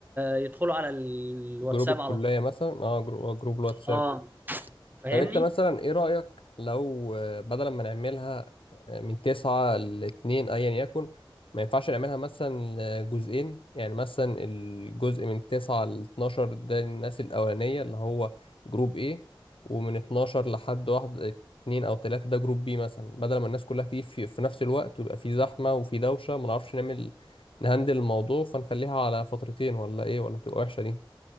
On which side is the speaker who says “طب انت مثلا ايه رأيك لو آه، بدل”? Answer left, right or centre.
Left